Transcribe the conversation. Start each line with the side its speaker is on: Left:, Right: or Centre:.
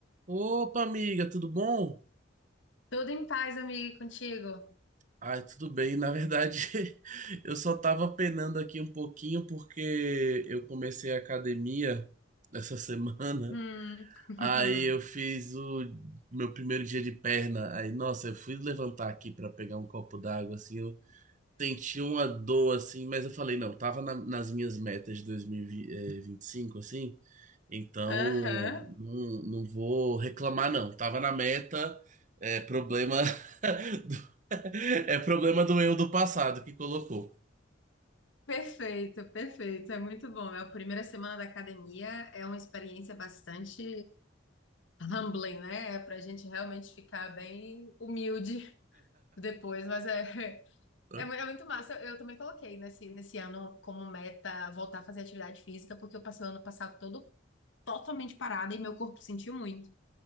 Right: Opa, amiga, tudo bom?
Left: Tudo em paz, amigo, contigo?
Right: Ai, tudo bem. Na verdade, <laughs> eu só tava penando aqui um pouquinho porque eu comecei a academia essa semana.
Left: Hum.
Right: <laughs>
Left: <laughs>
Right: Aí eu fiz o meu primeiro dia de perna. Aí, nossa, eu fui levantar aqui pra pegar um copo d'água, assim, eu senti uma dor, assim, mas eu falei, não, tava na- nas minhas metas de dois mil e e vinte e cinco assim. Então,
Left: Aham.
Right: não, não vou reclamar, não. Tava na meta, é problema <laughs> do, é problema do eu do passado que colocou.
Left: Perfeito, perfeito. É muito bom. É a primeira semana da academia, é uma experiência bastante humbling, né? É pra gente realmente ficar bem humilde depois, mas é, <laughs>
Right: né?
Left: é, mu- é muito massa. Eu, eu também coloquei nesse, nesse ano como meta voltar a fazer atividade física, porque eu passei o ano passado todo totalmente parada e meu corpo sentiu muito.